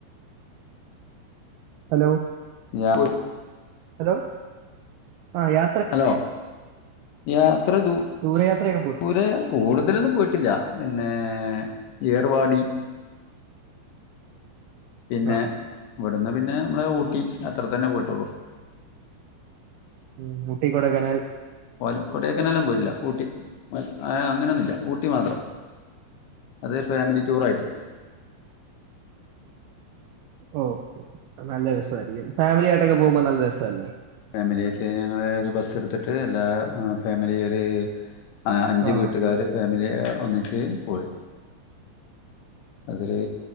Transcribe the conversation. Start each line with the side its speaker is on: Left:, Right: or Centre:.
Right: ഹലോ
Left: <unintelligible>
Right: ഹലോ ആഹ് യാ
Left: ഹലോ യാത്ര ദൂ
Right: ദൂരയാത്രയൊക്കെ പോയി
Left: ദൂരെ. കൂടുതലൊന്നും പോയിട്ടില്ല പിന്നേ ഏർവാടി. പിന്നെ
Right: ആഹ്
Left: ഇവ്ട്ന്ന് പിന്നെ മ്മളെ ഊട്ടി അത്ര തന്നെ പോയിട്ടൊള്ളു.
Right: മ് ഊട്ടി കൊടയ്കനാൽ.
Left: ഓൽ കൊടയ്കനാലൊന്നും പോയിട്ടില്ല ഊട്ടി ഏ അങ്ങനൊന്നുല്ല ഊട്ടി മാത്രം. അതെ ഫേമിലി ടൂറായിട്ട്.
Right: ഓ നല്ല രസായിരിക്കും ഫേമിലി ആയിട്ടൊക്കെ പോഉമ്പം നല്ല രസല്ലേ.
Left: ഫേമിലി ആയിട്ട് ഞങ്ങള് ഒരു ബസ്സ് ട്ത്ത്ട്ട് എല്ലാ ഫേമിലി ഒര് ആഹ് അഞ്ച്
Right: ആ
Left: വീട്ടുകാര് ഫേമിലി ഒന്നിച്ച് പോയി. അതൊര്